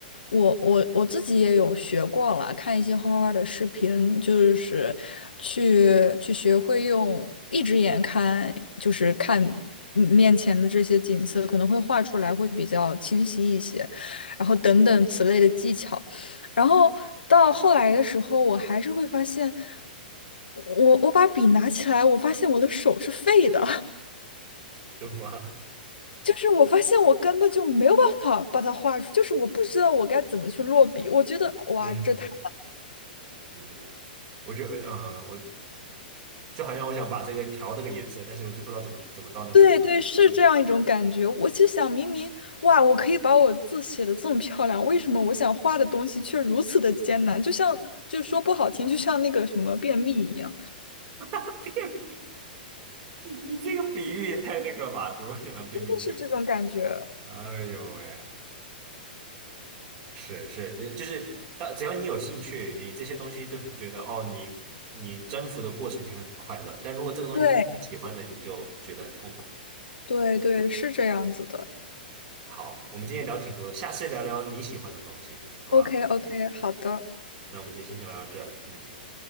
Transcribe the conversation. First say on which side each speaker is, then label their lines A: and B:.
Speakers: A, on the left; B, on the right.
A: 我我我自己也有学过了，看一些画画的视频，就是去去学会用一只眼看，就是看嗯面前的这些景色，可能会画出来会比较清晰一些，然后等等此类的技巧。然后到后来的时候，我还是会发现，我我把笔拿起来，我发现我的手是废的。<laughs>
B: 是吗？
A: 就是我发现我根本就没有办法把它画出，就是我不知道我该怎么去落笔。我觉得哇，
B: <laughs> 嗯
A: 这太
B: 嗯，我就呃，我就好像我想把这个调这个颜色，但是我就不知道怎么怎么到那个地方。
A: 对对，是这样一种感觉。
B: 嗯，
A: 我就想，明明哇，我可以把我字写的这么漂亮，为什么我想画的东西却如此的艰难？就像，就说不好听，就像那个什么便秘一样，
B: <laughs> 你这个比喻也太那个了吧？怎么会想到便秘去了？
A: 真的是这种感觉。
B: 哎呦喂，是是，呃就是当只要你有兴趣，你这些东西都觉得哦，你你征服的过程你会很快乐。但如果这个东西不是你喜欢的，
A: 对
B: 你就觉得很痛苦。
A: 对对，是这样子的。
B: 好，我们今天聊挺多的，下次聊聊你喜欢的东西，好吧？
A: OK OK，好的，
B: 那我们今天先聊到这，嗯。